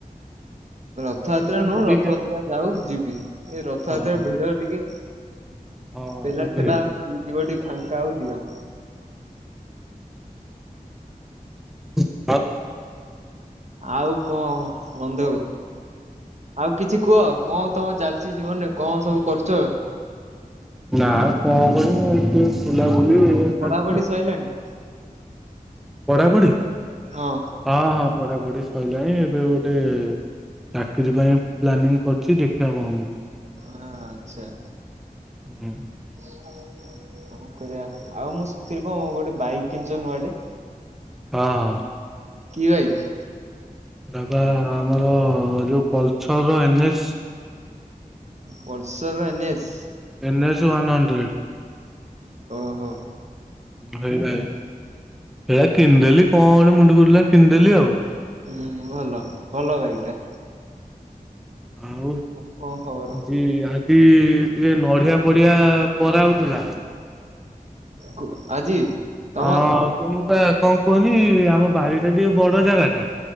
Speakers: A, on the right; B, in the centre.
A: ରଥଯାତ୍ରା
B: ଟିକେ
A: ନୁହଁ
B: ବୁଲିକି
A: ରଥଯାତ୍ରା ଯାଉ ଯିବି ଏ ରଥଯାତ୍ରା
B: ଆସ
A: ଭିଡ ଟିକେ
B: ହଁ
A: ପେଲାଠେଲା
B: ହଁ ବୁଝିଲି।
A: ଆଉ କିଏ ଯିବ ଟିକେ ଫାଙ୍କା ଆଉ ଯିବା।
B: ହ।
A: ଆଉ କଣ ବନ୍ଧୁ? ଆଉ କିଛି କୁହ କଣ ତମ ଚାଲିଛି ଜୀବନରେ କଣ ସବୁ କରୁଛ।
B: ନା କଣ କରିବୁ ଏଇଠି ବୁଲାବୁଲି ଏଇଆ ଚାଲିଛି
A: ପଢାପଢି
B: ଆଉ।
A: ସରିଲାଣି?
B: ପଢାପଢି
A: ହଁ
B: ହଁ ହଁ ପଢାପଢି ସରିଲାଣି ଏବେ ଗୋଟେ ଚାକିରୀ ପାଇଁ ପ୍ଲାନିଂ କରୁଛି ଦେଖିବା କଣ ହଉଛି।
A: ହଁ ଆଛା।
B: ହୁଁ
A: କଣ କରିବା ଆଉ ମୁଁ ଶୁଣିଥିଲି କଣ ଗୋଟେ ବାଇକ୍ କିଣିଛ ନୂଆଟେ?
B: ହଁ ହଁ।
A: କି ବାଇକ୍?
B: ବାବା ଆମର ଯୋଉ ପଲସର ଏନସ୍।
A: ପଲସର ର ଏନ୍ଏସ୍?
B: ଏନ୍ ଏସ ର ୱନ ହଣ୍ଡ୍ରେଡ଼୍।
A: ଓ ହୋ।
B: ହଁ ହେ ଭାଇ। ଏଟା କିଣିଦେଲି କଣ ଗୋଟେ ମୁଣ୍ଡକୁ ଉଠିଲା କିଣିଦେଲି ଆଉ।
A: ହୁଁ ଭଲ ଭଲ ବାଇକ୍ ଟା।
B: ଆଉ
A: କଣ ଖବର?
B: ଆଜି ଆ ଟିକେ ନଡିିଆ ପଡିଆ ପରା ହଉଥିଲା।
A: କୁ ଆଜି ତମର
B: ହଁ। ହଣ କୁହନି ଆମ ବାଡି ଟା ଟିକେ ବଡ ଜାଗା ଟା